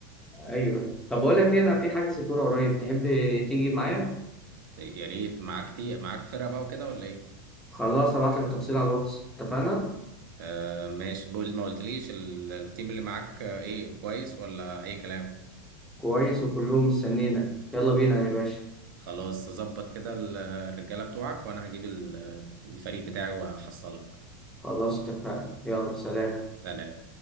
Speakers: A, in the centre; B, on the right.
A: ايوه طب بقول لك ايه انا في حجز كوره قريب تحب تيجي معايا
B: يا ريت معاك تي... معاك فرقه بقى وكده ولا ايه
A: خلاص ابعت لك تفصيل على الواتس اتفقنا
B: آه ماشي بقول ما قلتليش ال- التيم اللي معاك آه، ايه كويس ولا اي كلام
A: كويس وكلهم مستنينا يلا بينا يا باشا
B: خلاص ظبط كده ال- الرجالة بتوعك وانا هجيب ال- الفريق بتاعي وهحصلك
A: خلاص اتفقنا يلا سلام
B: سلام